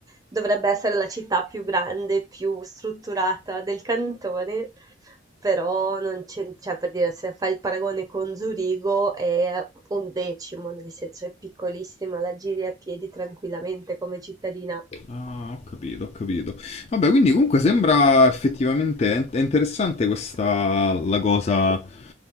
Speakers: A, on the right; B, on the left.
A: dovrebbe essere la città più grande, più strutturata del cantone, però non c'è, cioè per dire, se fai il paragone con Zurigo è un decimo, nel senso è piccolissima, la giri a piedi tranquillamente come cittadina.
B: Ah, ho capito, ho capito. Vabbè, quindi comunque sembra effettivamente è- è interessante questa la cosa.